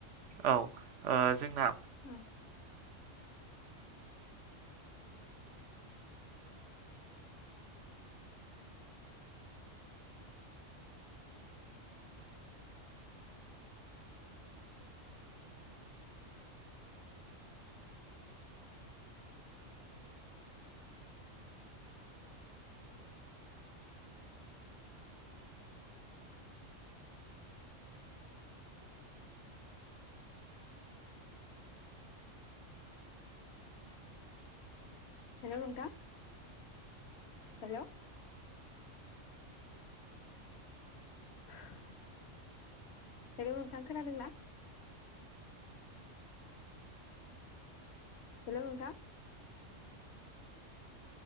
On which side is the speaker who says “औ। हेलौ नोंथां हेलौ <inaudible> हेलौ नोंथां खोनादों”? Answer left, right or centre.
Left